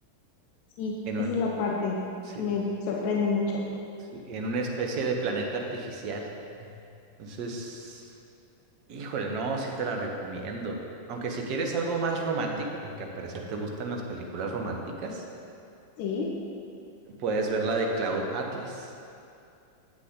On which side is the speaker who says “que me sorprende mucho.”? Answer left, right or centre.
Left